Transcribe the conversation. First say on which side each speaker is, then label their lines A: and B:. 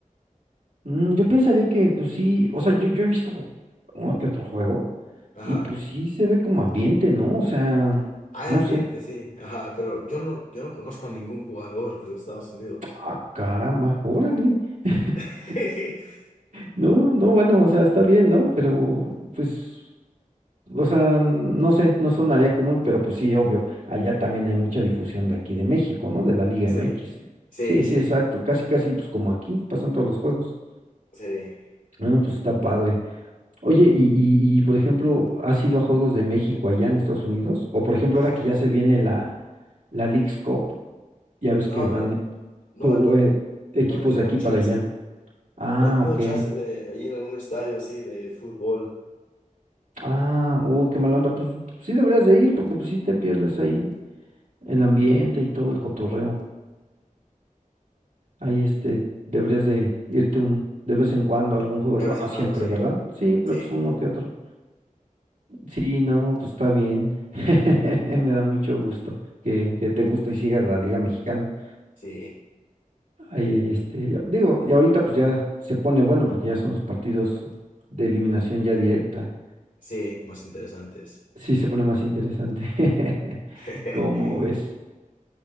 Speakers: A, on the right (about 65°); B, on the left (about 75°).
A: Mm, yo pensaría que, pues sí, o sea, yo, yo he visto uno que otro juego
B: Ajá.
A: y pues sí se ve como ambiente, ¿no? O sea,
B: Hay
A: no
B: ambiente,
A: sé.
B: sí. Ajá, pero yo no, yo no conozco a ningún jugador de los Estados Unidos.
A: Ah, caramba, órale. <laughs>
B: <laughs>
A: No, no, bueno, o sea, está bien, ¿no? Pero, pues, o sea, no sé, no sonaría común, pero pues sí, obvio, allá también hay mucha difusión de aquí de México, ¿no? De la Liga
B: Sí,
A: MX.
B: sí,
A: Sí,
B: sí,
A: sí, exacto, casi, casi, pues como aquí, pasan todos los juegos.
B: sí. <laughs>
A: No, pues está padre. Oye, y, y, y, por ejemplo, ¿has ido a Juegos de México allá en Estados Unidos? O por ejemplo,
B: No,
A: ahora que ya se viene la, la Leagues Cup, ya ves
B: no,
A: que van
B: no, no,
A: jue-
B: no,
A: eh, equipos
B: no he tenido
A: de aquí
B: chance.
A: para allá. Ah,
B: No he tenido
A: ok.
B: chance de ir a un estadio así de fútbol.
A: Ah, uy, qué mala onda. Pues sí deberías de ir porque pues sí te pierdes ahí el ambiente y todo el cotorreo. Ahí este, deberías de irte un, de vez en cuando a algún juego.
B: De
A: Digo,
B: vez
A: no
B: en cuando,
A: siempre,
B: sí.
A: ¿verdad? Sí, pero
B: Sí,
A: pues uno que otro. Sí, no, pues está bien. <laughs> Me da mucho gusto que, que te guste y sigas la Liga Mexicana.
B: sí,
A: Ahí, ahí, este, ya- digo, y ahorita pues ya se pone bueno porque ya son los partidos de eliminación ya directa.
B: sí, más interesantes.
A: Sí, se pone más interesante. <laughs>
B: <laughs>
A: ¿Cómo ves?